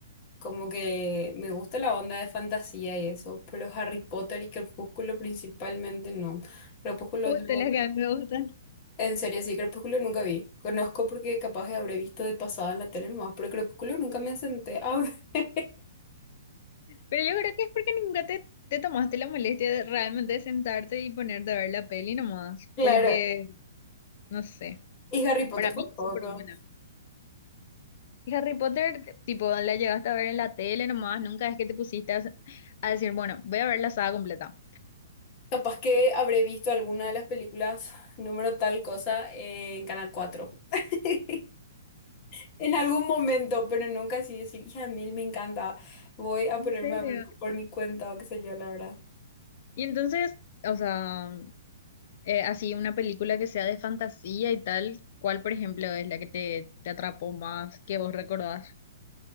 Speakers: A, on the left; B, on the left.
A: Como que me gusta la onda de fantasía y eso, pero Harry Potter y Crepúsculo principalmente no. Crepúsculo,
B: Justo
A: lo-
B: las que a mí me gustan.
A: en serio, sí, Crepúsculo nunca vi. Conozco porque capaz que habré visto de pasada en la tele nomás, pero Crepúsculo nunca me senté a ver. <laughs>
B: Pero yo creo que es porque nunca te, te tomaste la molestia de realmente sentarte y ponerte a ver la peli nomás,
A: Claro,
B: porque no sé,
A: y Harry Potter
B: para mí
A: tampoco.
B: es súper buena. Harry Potter, tipo, la llegaste a ver en la tele nomás, nunca es que te pusiste a, a decir, bueno, voy a ver la saga completa.
A: Capaz que habré visto alguna de las películas número tal cosa en Canal cuatro <laughs> En algún momento, pero nunca así decir, hija mil, me encanta. Voy a
B: ¿En
A: ponerme
B: serio?
A: a ver por mi cuenta o qué sé yo, la verdad.
B: Y entonces, o sea, eh, así una película que sea de fantasía y tal, ¿cuál, por ejemplo, es la que te, te atrapó más, que vos recordás?